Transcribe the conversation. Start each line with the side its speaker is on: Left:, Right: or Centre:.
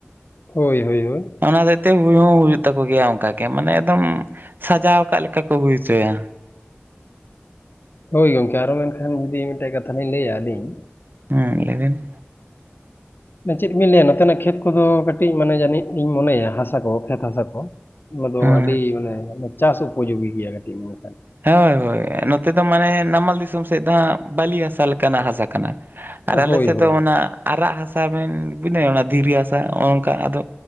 Left: ᱦᱳᱭ ᱦᱳᱭ ᱦᱳᱭ,
Right: ᱚᱱᱟ ᱦᱚᱛᱮᱛᱮ ᱦᱩᱭ ᱦᱚᱸ ᱦᱩᱭᱩᱜ ᱛᱟᱠᱚ ᱜᱮᱭᱟ ᱚᱱᱠᱟ ᱜᱮ ᱢᱟᱱᱮ ᱮᱠᱫᱚᱢ ᱥᱟᱡᱟᱣ ᱠᱫ ᱞᱮᱠᱟ ᱠᱚ ᱦᱩᱭ ᱦᱚᱪᱚᱭᱟ᱾
Left: ᱦᱳᱭ ᱜᱚᱢᱠᱮ ᱟᱨᱚ ᱢᱮᱱᱠᱷᱟᱱ ᱡᱩᱫᱤ ᱢᱤᱫᱴᱮᱱ ᱠᱟᱛᱷᱟ ᱞᱤᱧ ᱞᱟᱹᱭᱟ ᱟᱹᱞᱤᱧ᱾
Right: ᱦᱩᱸ ᱞᱮᱵᱤᱱ,
Left: ᱪᱮᱫ ᱵᱤᱱ ᱞᱟᱹᱭᱟ ᱱᱚᱛᱮᱱᱟᱜ ᱠᱷᱮᱛ ᱠᱚ ᱫᱚ ᱠᱟᱹᱴᱤᱡ ᱢᱟᱱᱮ ᱡᱟᱹᱱᱤᱡ ᱤᱧ ᱢᱚᱱᱮᱭᱟ ᱦᱟᱥᱟ ᱠᱚ ᱠᱷᱮᱛ ᱦᱟᱥᱟ ᱠᱚ, ᱚᱱᱟ ᱫᱚ
Right: ᱦᱮᱸ
Left: ᱟᱹᱰᱤ ᱢᱟᱱᱮ ᱪᱟᱥ ᱩᱯᱚᱡᱳᱜᱤ ᱜᱮᱭᱟ ᱠᱟᱹᱴᱤᱡ ᱢᱚᱱᱮᱠᱷᱟᱱ᱾
Right: ᱦᱳᱭ ᱦᱳᱭ, ᱱᱚᱛᱮ ᱫᱚ ᱢᱟᱱᱮ ᱱᱟᱢᱟᱞ ᱫᱤᱥᱚᱢ ᱥᱮᱫ ᱫᱚ ᱦᱟᱸᱜ ᱵᱟᱹᱞᱤ ᱦᱟᱥᱟ ᱞᱮᱠᱟᱱᱟᱜ ᱦᱟᱥᱟ ᱠᱟᱱᱟ᱾ ᱟᱨ ᱟᱞᱮ
Left: ᱦᱳᱭ
Right: ᱥᱮᱫ
Left: ᱦᱳᱭ
Right: ᱫᱚ ᱚᱱᱟ ᱟᱨᱟᱜ ᱦᱟᱥᱟ ᱵᱮᱱ ᱵᱩᱡᱽᱫᱟ ᱵᱤᱱ ᱚᱱᱟ ᱫᱷᱤᱨᱤ ᱦᱟᱥᱟ ᱱᱚᱝᱠᱟ ᱟᱫᱚ